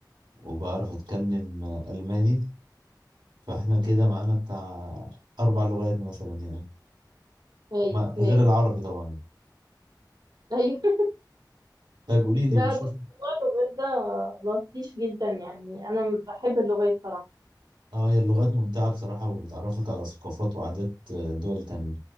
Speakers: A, on the right (about 85°); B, on the right (about 60°).
A: وبعرف اتكلم آه، الماني فاحنا كده معانا بتاع اربع لغات مثلا يعني
B: هاي
A: مع-
B: هاي
A: غير العربي طبعا
B: ايوه <laughs>
A: طيب قولي لي
B: لا
A: بتشوف
B: بص موضوع اللغات ده لطيف جدا يعني انا بحب اللغات صراحه
A: اه هي اللغات ممتعة بصراحة وبتعرفك على ثقافات وعادات آه، دول تانية